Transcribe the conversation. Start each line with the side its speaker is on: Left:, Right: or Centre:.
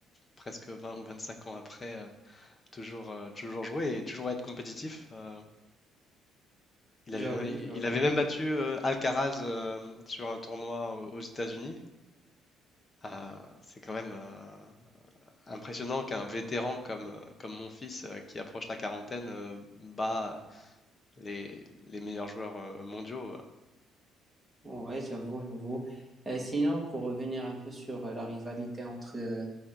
Left: presque 20 ou 25 ans après, euh, toujours, euh, toujours jouer et toujours être compétitif. Euh, il
Centre: J'avoue,
Left: avait même, il
Centre: j'avoue.
Left: avait même battu euh, Alcaraz euh, sur un tournoi aux aux États-Unis. Ah, c'est quand même, euh, impressionnant qu'un vétéran comme, euh, comme mon fils euh, qui approche la quarantaine euh, bat euh, les, les meilleurs joueurs euh, mondiaux. euh.
Centre: Ouais, j'avoue, j'avoue. Euh, sinon, pour revenir un peu sur euh, la rivalité entre euh,